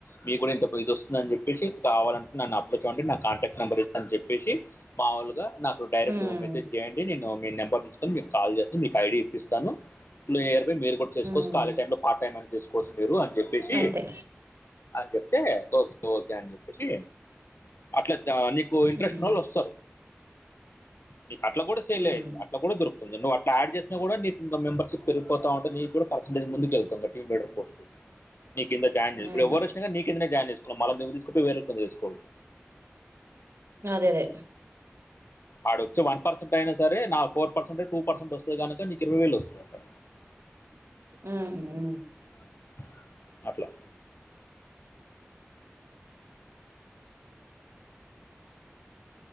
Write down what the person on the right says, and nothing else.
ఉమ్
ఉమ్
అంతే
ఉమ్
ఉమ్
ఉమ్
అదేదే
ఉమ్ ఉ